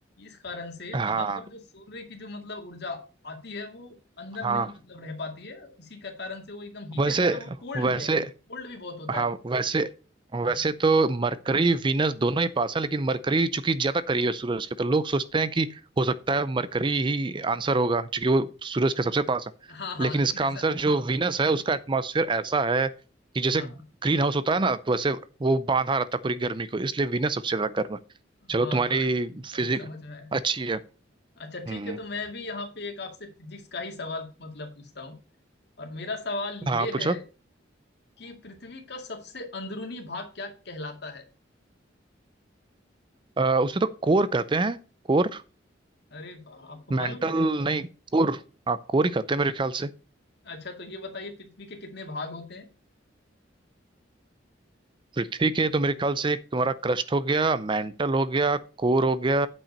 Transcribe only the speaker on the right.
हाँ
हाँ
वैसे
वैसे
हाँ
वैसे
वैसे तो मरकरी वीनस दोनों ही पास है लेकिन मरकरी चूंकि ज्यादा करीब है सूरज के तो लोग सोचते हैं कि हो सकता है मरकरी ही आंसर होगा क्योंकि वो सूरज के सबसे पास है
लेकिन
इसका
आंसर
जो वीनस है उसका एटमॉस्फेयर ऐसा है कि जैसे
ग्रीन हाउस होता है ना तो वैसे वो बांधा रहता है पूरी गर्मी को इसलिए वीनस सबसे ज्यादा गर्म है
चलो तुम्हारी
फिजिक
अच्छी है
हम्म
हाँ पूछो
अ, उसे तो कोर कहते हैं कोर
मेंटल
नहीं कोर हाँ कोर ही कहते हैं मेरे ख्याल से
पृथ्वी के तो मेरे ख्याल से एक तुम्हारा क्रस्ट हो गया मेंटल हो गया कोर हो गया